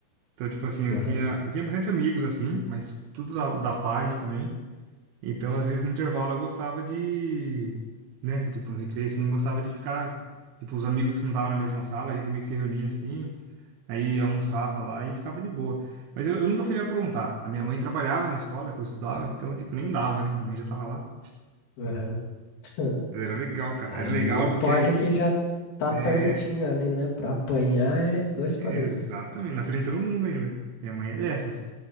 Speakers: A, on the right (about 70°); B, on the left (about 60°).
A: Então, tipo assim, eu
B: Aham,
A: tinha, eu tinha bastante amigos, assim, mas tudo da, da paz também. Então, às vezes, no intervalo, eu gostava de, né, tipo, no recreio, assim, gostava de ficar, tipo, os amigos que não estavam na mesma sala, a gente meio que se reunia, assim, aí almoçava lá e ficava de boa. Mas eu, eu nunca fui de aprontar. A minha mãe trabalhava na escola que eu estudava, então, tipo, nem dava, né? Minha mãe já tava lá.
B: aham. <laughs>
A: Mas era legal, cara.
B: Aí
A: Era legal
B: não pode
A: porque aí...
B: que já tá pertinho
A: É.
B: ali, né? Pra apanhar é dois palitos.
A: Exatamente, na frente de todo mundo ainda. Minha mãe é dessas.